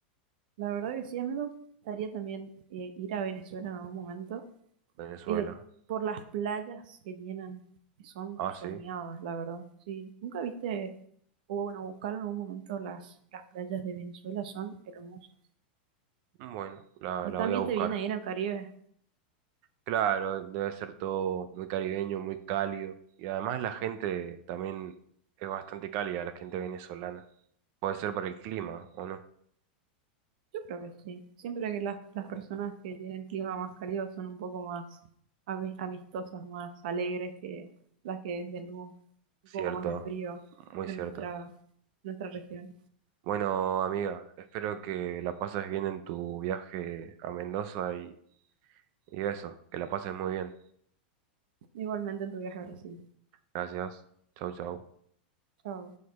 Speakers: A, on the right; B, on the right.
A: la verdad que sí, a mí me gustaría también eh, ir a Venezuela en algún momento,
B: Venezuela.
A: eh, por las playas que tienen, que son
B: Ah,
A: soñadas,
B: sí.
A: la verdad. Sí, ¿nunca viste? o bueno, buscarlo en algún momento, las, las playas de Venezuela son hermosas.
B: Bueno, la,
A: Pero
B: la
A: también
B: voy a buscar.
A: te viene ahí en el Caribe.
B: Claro, debe ser todo muy caribeño, muy cálido. Y además la gente también es bastante cálida, la gente venezolana. Puede ser por el clima,
A: Mm.
B: ¿o no?
A: Yo creo que sí. Siempre que las, las personas que tienen clima más cálido son un poco más ami- amistosas, más alegres que las que tenemos un
B: Cierto,
A: poco más de frío
B: muy
A: en
B: cierto.
A: nuestra, nuestra región.
B: Bueno, amiga, espero que la pases bien en tu viaje a Mendoza y, y eso, que la pases muy bien.
A: Igualmente en tu viaje a Brasil.
B: Gracias. Chau, chau.
A: Chao.